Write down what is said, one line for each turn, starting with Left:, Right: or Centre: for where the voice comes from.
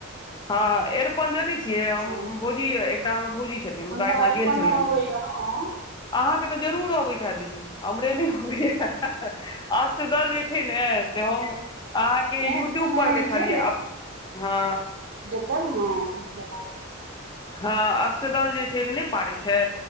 Left: हँ एरपन जनै छियै
Right: अच्छा
Left: भोजी एकटा हमरा भोजी छथिन। हुनका
Right: हमरा
Left: एहिठाम
Right: अइरपनो
Left: गेल छलियनि
Right: अबैए
Left: हेँ
Right: यै। हँ
Left: अहाँके तऽ जरूर अबैत हैत दीदी हमरे नहि अबैया अष्टदल जे छय। ने से हम अहाँके यूट्यूब
Right: एहन कोनो
Left: पर
Right: नहि
Left: देखलियै
Right: छै
Left: अप हँ
Right: <unintelligible> बताबय छी
Left: हँ अष्टदल जे छै नहि पारै छै